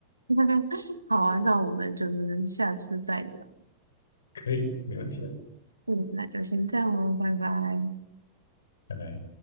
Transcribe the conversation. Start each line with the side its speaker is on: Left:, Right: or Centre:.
Right: <laughs> 好啊，那我们就是下次再聊。
Left: <laughs> 可以，没问题。
Right: 嗯，那就先这样喽，拜拜。
Left: 拜拜。